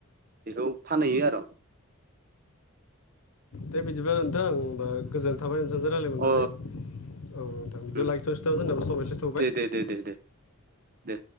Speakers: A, on the right; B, on the left.
A: बेखौ फानहैयो आर
B: दे बिदिब्ला नोंथां होमबा गोजोन थाबाय नोंथांजों रायजलाय मोननानै।
A: औ
B: औ बिदिबा
A: औ
B: लाखिथ <unintelligible>
A: दे दे दे दे दे दे